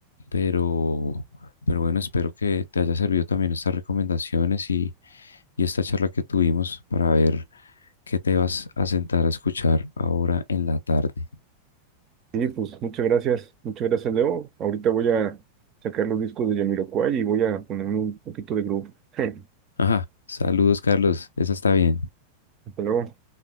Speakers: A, on the left; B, on the right.
A: pero, pero bueno, espero que te haya servido también estas recomendaciones y, y esta charla que tuvimos para ver que te vas a sentar a escuchar ahora en la tarde.
B: Sí, pues muchas gracias, muchas gracias, Leo. Ahorita voy a sacar los discos de Jamiroquai y voy a ponerme un poquito de groove. <laughs>
A: Ajá, saludos, Carlos. Esa está bien.
B: Hasta luego.